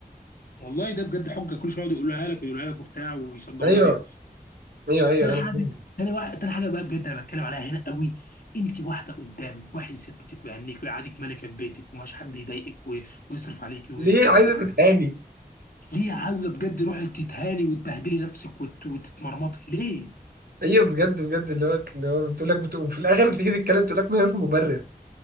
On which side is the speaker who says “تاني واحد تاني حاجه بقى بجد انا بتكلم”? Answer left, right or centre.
Left